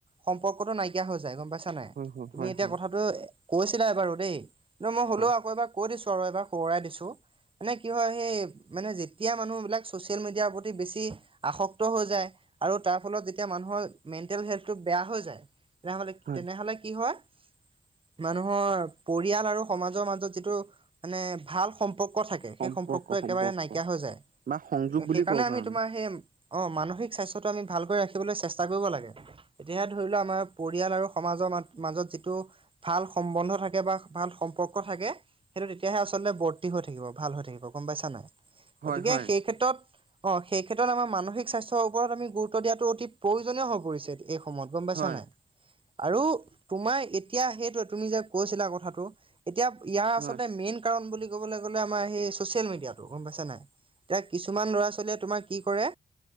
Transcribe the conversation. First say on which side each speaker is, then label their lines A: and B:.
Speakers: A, on the right; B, on the right.
A: সম্পৰ্কটো নাইকিয়া হৈ যায় গম পাইছা নাই?
B: হয় হয়
A: তুমি
B: হয়
A: এতিয়া
B: হয়
A: কথাটো কৈছিলা এইবাৰু দেই, ন মই হলেও
B: হয়
A: আকৌ এবাৰ কৈ দিছো আৰু এবাৰ সোৱৰাই দিছো, মানে কি হয় সেই মানে যেতিয়া মানুহবিলাক ছ'চিয়েল মিডিয়াৰ প্ৰতি বেছি আসক্ত হৈ যায়, আৰু তাৰ ফলত যেতিয়া মানুহৰ মেণ্টেল হেল্থটো বেয়া হৈ যায়, তেনেহলে
B: হয়
A: তেনেহলে কি হয়, মানুহৰ পৰিয়াল আৰু সমাজৰ মাজত যিটো মানে ভাল সম্পৰ্ক থাকে,
B: সম্পৰ্ক
A: সেই সম্পৰ্কটো
B: সম্পৰ্ক
A: একেবাৰে নাইকিয়া হৈ যায়।
B: বা সংযোগ বুলি
A: সেইকাৰণে
B: ক'ব পাৰো
A: আমি তোমাৰ সে অঁ মানসিক স্বাস্থ্যটো আমি ভালকৈ ৰাখিবলৈ চেষ্টা কৰিব লাগে। এতিয়া সেয়াত ধৰি লোৱা আমাৰ পৰিয়াল আৰু সমাজৰ মা মাজত যিটো ভাল সম্বন্ধ থাকে বা ভাল সম্পৰ্ক থাকে। সেইটো তেতিয়াহে আচলতে বৰ্তি হৈ থাকিব ভাল হৈ থাকিব গম পাইছা নাই?
B: হয়
A: গতিকে
B: হয়
A: সেই ক্ষেত্ৰত অঁ সেই ক্ষেত্ৰত আমাৰ মানসিক স্বাস্থ্যৰ ওপৰত আমি গুৰুত্ব দিয়াটো অতি প্ৰয়োজনীয় হৈ পৰিছে এই সময়ত গম পাইছা
B: হয়
A: নাই? আৰু তোমাৰ এতিয়া সেইটোৱে তুমি যে কৈছিলা কথাটো এতিয়া ইয়াৰ আচলতে
B: হয়
A: মেইন কাৰণ বুলি ক'বলে গ'লে আমাৰ সেই চচিয়েল মিডিয়াতো গম পাইছা নাই? এতিয়া কিছুমান ল'ৰা ছোৱালীয়ে তোমাৰ কি কৰে?